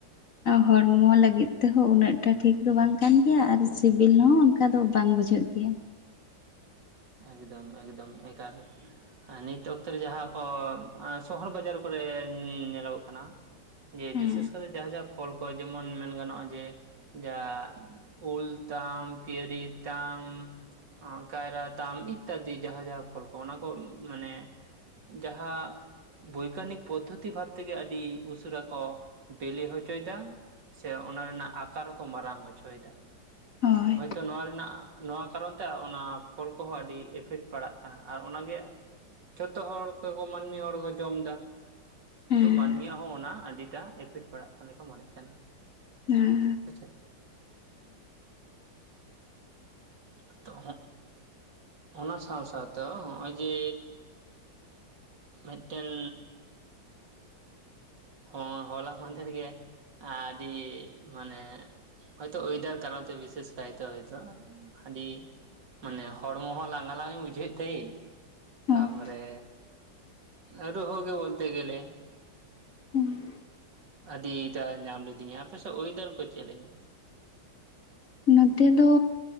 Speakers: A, on the left; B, on the right.
A: ᱦᱚᱲᱢᱚ ᱞᱟᱹᱜᱤᱫ ᱛᱮᱦᱚᱸ ᱩᱱᱟᱹᱜᱼᱼ ᱜᱚᱴᱟ ᱴᱷᱤᱠ ᱫᱚ ᱵᱟᱝ ᱠᱟᱱ ᱜᱮᱭᱟ ᱟᱨ ᱥᱤᱵᱤᱞ
B: ᱦᱮᱸ
A: ᱦᱚᱸ ᱚᱱᱠᱟ ᱫᱚ ᱵᱟᱝ ᱵᱩᱡᱷᱟᱹᱜ ᱜᱮᱭᱟ᱾
B: ᱮᱠᱫᱚᱢ ᱮᱠᱫᱚᱢ ᱮᱠᱟᱞ, ᱱᱤᱛ ᱚᱠᱛᱚ ᱨᱮ, ᱡᱟᱦᱟᱸ ᱠᱚ, ᱥᱚᱦᱚᱨ ᱵᱟᱡᱟᱨ ᱠᱚᱨᱮ, ᱧᱮᱞᱚᱜᱚᱜ ᱠᱟᱱᱟ ᱡᱮ,
A: ᱦᱮᱸ
B: ᱵᱤᱥᱮᱥ ᱠᱚᱨᱮ, ᱡᱟᱦᱟᱸ ᱡᱟᱦᱟᱸ, ᱯᱷᱚᱞ ᱠᱚ, ᱡᱮᱢᱚᱱ ᱢᱮᱱ ᱜᱟᱱᱚᱜᱼᱟ, ᱡᱮ ᱡᱟᱦᱟᱸ ᱩᱞ ᱛᱟᱢ, ᱯᱤᱭᱟᱹᱨᱤ ᱛᱟᱢ, ᱩᱸᱻ ᱠᱟᱭᱨᱟ ᱛᱟᱢ, ᱤᱛᱛᱟᱫᱤ ᱡᱟᱦᱟᱸ, ᱡᱟᱦᱟᱸ ᱯᱷᱚᱞ ᱠᱚ, ᱚᱱᱟ ᱠᱚ ᱢᱟᱱᱮ, ᱡᱟᱦᱟᱸ ᱵᱳᱭᱜᱟᱱᱤᱠ ᱯᱚᱫᱽᱫᱷᱚᱛᱤ ᱵᱷᱟᱵᱽ ᱛᱮ ᱜᱮ, ᱟᱹᱰᱤ ᱩᱥᱟᱹᱨᱟ ᱠᱚ, ᱵᱮᱞᱮ ᱦᱚᱪᱚᱭ ᱮᱫᱟ ᱾ ᱪᱮ, ᱚᱱᱟ ᱨᱮᱱᱟᱜ ᱟᱠᱟᱨ ᱦᱚᱸ ᱠᱚ, ᱢᱟᱨᱟᱝ ᱦᱚᱪᱚᱭ ᱮᱫᱟ ᱾
A: ᱦᱳᱭ
B: ᱦᱚᱭ ᱛᱚ, ᱱᱚᱣᱟ ᱨᱮᱱᱟᱜ, ᱱᱚᱣᱟ ᱠᱟᱨᱚᱱ ᱛᱮ, ᱚᱱᱟ ᱦᱚᱲ ᱠᱚᱦᱚᱸ, ᱟᱹᱰᱤ ᱮᱯᱷᱮᱠᱴ ᱯᱟᱲᱟᱜ ᱠᱟᱱᱟ, ᱟᱨ ᱚᱱᱟ ᱜᱮ ᱡᱚᱛᱚ ᱦᱚᱲ ᱠᱚ, ᱢᱟᱹᱱᱢᱤ ᱦᱚᱲ ᱠᱚ, ᱡᱚᱢ ᱮᱫᱟ ᱾
A: ᱦᱮᱸ
B: ᱛᱚ, ᱢᱟᱹᱱᱢᱤᱭᱟᱜ ᱦᱚᱸ, ᱚᱱᱟ ᱟᱹᱰᱤᱴᱟᱜ ᱮᱯᱷᱮᱠᱴ ᱯᱟᱲᱟᱜ ᱠᱟᱱ ᱞᱮᱠᱟ, ᱢᱚᱱᱮᱜ ᱠᱟᱱᱟ ᱾
A: ᱦᱮᱸᱻ ᱾
B: ᱦᱮᱸ ᱪᱮ? <unintelligible> ᱛᱚ ᱚᱱᱟ ᱥᱟᱶ ᱥᱟᱶ ᱛᱮ, ᱱᱚᱜᱼ ᱚᱭ ᱡᱮ ᱢᱮᱫᱴᱮᱱ ᱦᱚᱸ, ᱦᱚᱞᱟ ᱢᱟᱫᱷᱮᱨ ᱜᱮ, ᱟᱹᱰᱤ, ᱢᱟᱱᱮ ᱦᱚᱭ ᱛᱚ, ᱳᱭᱰᱟᱨ ᱠᱟᱨᱚᱱ ᱛᱮ, ᱵᱤᱥᱮᱥ ᱠᱟᱭᱛᱮ, ᱦᱚᱭ ᱛᱚ, ᱟᱸᱰᱤ ᱢᱟᱱᱮ, ᱦᱚᱲᱢᱚ ᱦᱚᱸ, ᱞᱟᱝᱜᱟ ᱞᱟᱝ ᱤᱧ, ᱵᱩᱡᱷᱟᱹᱣᱮᱫ ᱛᱮᱭ
A: ᱦᱮᱸ
B: ᱛᱟ ᱯᱚᱨᱮ, ᱟᱨᱩᱦᱦᱚ ᱜᱮ, ᱵᱚᱞᱛᱮ ᱜᱮᱞᱮ
A: ᱩᱸᱼᱷᱩᱸᱼᱦ ᱾
B: ᱟᱹᱰᱤ, ᱮᱴᱟ ᱧᱟᱢ ᱞᱤᱫᱤᱧᱟ, ᱟᱯᱮ ᱥᱮᱫ, ᱩᱭᱫᱟᱨ ᱠᱚ ᱪᱮᱫ ᱞᱮᱫᱟ?
A: ᱱᱚᱛᱮ ᱫᱚ,